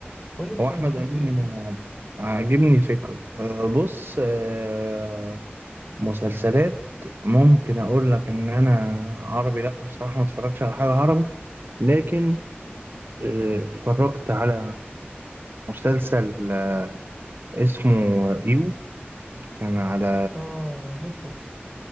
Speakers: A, in the centre; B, on the right (about 60°).
A: قول لي انت
B: هو احمد
A: شفت
B: امين
A: ايه
B: عاجبني فكره أه بص أه مسلسلات ممكن اقول لك ان انا عربي لا بصراحه ما اتفرجش على حاجه عربي لكن آه، اتفرجت على مسلسل آه، اسمه يو كان على
A: اه نتفليكس